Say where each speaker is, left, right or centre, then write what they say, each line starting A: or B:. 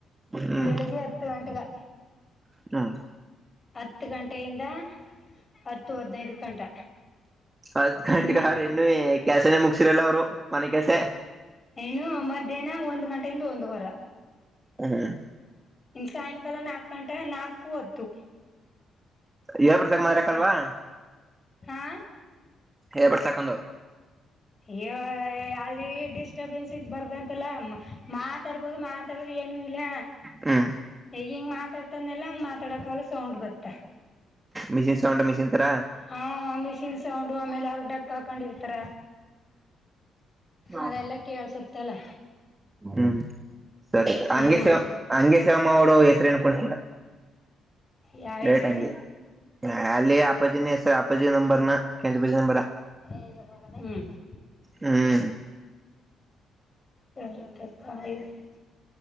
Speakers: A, on the right (about 20°); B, on the left (about 30°).
A: ಹ್ಮ್
B: ಬೆಳಗ್ಗೆ ಹತ್ತು ಗಂಟೆಗಾ
A: ಹ್ಮ್
B: ಹತ್ತು ಗಂಟೆಯಿಂದ ಹತ್ತು ಹದಿನೈದು ಗಂಟ
A: ಹತ್ತು ಗಂಟೆಗೆಗಾರು
B: ಇನ್ನು
A: ಇನ್ನುವೆ ಕೆಲಸ ಮುಗಿಸಿರಲ್ಲ ಅವರು ಮನೆ ಕೆಲ್ಸ
B: ಏನೋ ಮಧ್ಯಾಹ್ನ ಒಂದ್ ಗಂಟೆಯಿಂದ ಒಂದ ಒಂದುವಾರ
A: ಹ್ಮ್
B: ಸಾಯಂಕಾಲ ನಾಲ್ಕು ಗಂಟೆ ನಾಕು ಹತ್ತು
A: ಯಏ ಬಿಡ್ಸಕ್ ಮಾರಕಲ್ವಾ
B: ಹ ಹಾ
A: ಏರ್ ಬಡುಸ್ ಹಾಕೊಂಡು ಹೋಗು
B: ಯಹೇ ಅಲ್ಲಿ ಡಿಸ್ಟಬೆನ್ಸ್ ಬರಬಾರದು ಅಂತಲ್ಲ ಮಾತಾಡ್ಬೋದು ಮಾತಾಡ್ರ ಏನು ಇಲ್ಲ
A: ಹ್ಮ
B: ಈಗ ಹಿಂಗ ಮಾತಾಡ್ತದ್ನೆಲ್ಲಾ ಹಂಗ ಮಾತಾಡಕಕ್ ಹೋದ್ರಾ ಸೌಂಡ್ ಬತ್ತಾ
A: ಮಿಷನ್ಸ್ ಸೌಂಡು ಮಿಷಿನ್ತ್ರ
B: ಹ ಮಿಷಿನ್ ಸೌಂಡ್ ಆಮೇಲೆ ಅರುಡಕ್ ಹಾಕೊಂಡಿರ್ತಾರ
A: ನ
B: ಅದೆಲ್ಲ ಕೇಳ್ಸುತ್ತಲ್ಲ
A: ಹ್ಮ ಸರಿ
B: ಹ್ಮ್
A: ಹಂಗೆ ಹಂಗೆ ಶಿವಮ್ಮ ಅವಡ ಹೆಸರುಕೊಂಡ
B: ಯಾವ
A: ಡೈರೆಟ್
B: ಹೆಸ್ರನ
A: ಹಂಗೆ ಹಾ ಅಲ್ಲಿ ಅಪ್ಪಾಜಿ ನ ಹೆಸರ್ ಅಪ್ಪಾಜಿ ನಂಬರ್ನ ಕೆಂಚಪಜಿ ನಂಬರ
B: ಏಯ್ಯೇಡ ಏನುತ
A: ಹ್ಮ್
B: ಸರಿ ತಪ್ಪು ಆಯಿತು